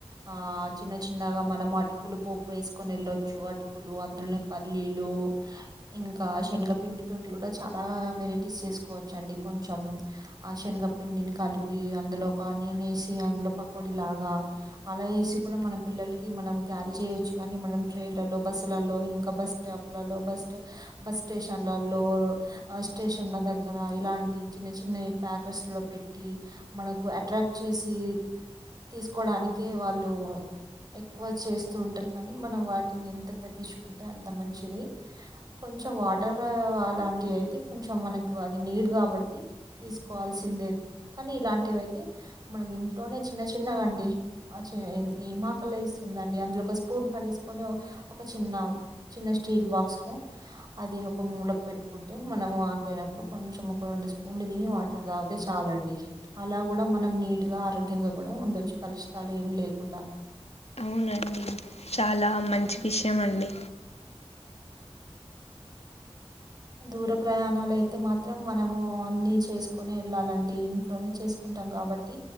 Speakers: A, on the right (about 40°); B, on the left (about 85°).
A: ఆ చిన్న చి చిన్నగా మనం అటుకులు పోప్పు వేసుకొని వెళ్ళొచ్చు అటుకులు అందులోనే పల్లీలు ఇంకా శనగపిండి తోటి కూడా చాలా వెరైటీస్ చేసుకోవచ్చండి కొంచెం ఆ శన్ శనగపిండి కలిపి అందులోకి ఆనియన్ వేసి అందులో పకోడీ లాగా అలా వేసి కూడా మనం మన పిల్లలకి మనం క్యారీ చేయొచ్చు కానీ మనం ట్రైన్లలో బస్సు లలో ఇంకా బస్ స్టాప్లలో బస్ బస్ స్టేషన్లలో స్టేషన్ల దగ్గర ఇలాంటి చిన్న చిన్నయి ప్యాకెట్ స్లో పెట్టి మనకు అట్రాక్ట్ చేసి తీసుకోవడానినికి వాళ్ళు ఎక్కువ చేస్తూ ఉంటారు కానీ మనం వాటిని ఎంత తగ్గించుకుంటే అంత మంచిది కొంచెం వాటర్ లాంటివి అయితే కొంచెం మనకు అది నీడ్ కాబట్టి తీసుకోవాల్సి ేడేది కానీ ఇలాంటివి అయితే మనం ఇంట్లోనే చిన్న చిన్నగాండి ఏ చే ఆకల ఇస్తుందండి అందులో ఒక స్పూన్ పడేసుకొని ఒక చిన్న చిన్న స్టీల్ బాక్స్ లో అది ఒక మూలకు పెట్టుకుంటే మనం ఆకలినప్పుడు కొంచెం ఒక రెండు స్పూన్లు తిని వాటర్ తాగితే చాలా అం డీ అలా కూడా మనం నీట్ గా ఆరోగ్యంగా కూడా ఉండొచ్చు కలుషితాలు ఏమి లేకుండా
B: అవునండి చాలా మంచి విషయం అండి
A: దూర ప్రయాణాలు అయితే మాత్రం మనము అన్ని చేసుకునే వెళ్ళాలండి ఇంట్లోనే చేసుకుంట కాబట్టి